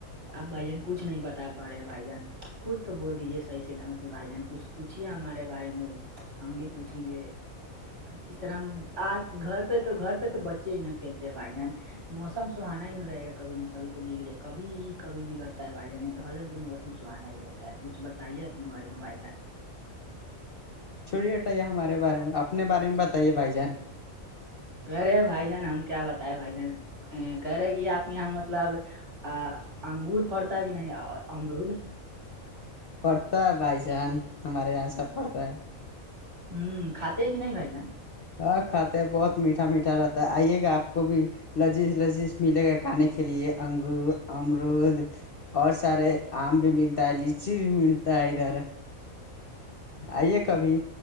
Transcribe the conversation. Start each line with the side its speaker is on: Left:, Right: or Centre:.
Right: اب بھائی جان کچھ نہیں بتا پا رہے بھائی جان کچھ تو بول دیجے سحیس سے ڈھنگ سے بھائی جان کچھ پوچھییا ہمارے بارے میں ہم بھی پوچھیں گے اس طرح آج گھر پہ تو گھر پہ تو بچے ہی نہ پھیلتے ہیں بھائی جان موسم سہانا ہی نہیں رہے گا کبھی نہ کب تو بگڑے کبھی کبھی بگڑتا ہے بائی ج نہیں تو ہر جم موسم سہانا ہی رہتا ہے کچھ بتائیے اپنے بارے میں بھائی جان
Left: چڑی بٹھائی یہ ہمارے بارے میں اپنے بارے میں بتائیے بھائی جان
Right: کہہ رہے بھائی جان ہم کیا بتائے بھائی جان کہہ رہے کہ آپ کے یہاں مطلب آ انگور پڑتا کہ نہیں اور امرود
Left: پڑتا ہے بائی چان ہمارے یہاں سب پڑتا ہے
Right: ہوں کاتے کہ نہیں بائی جان
Left: ہاں کھاتے ہیں بہت میٹھا میٹھ رہتا ہے آئیے گا آپ کو بھی لذیذ لذیذ ملے گا کھانے کے لیے انگور امرود اور سارے آم بھی ملتا ہے لچی بھی ملتا ہے ادھر آئیے کبھی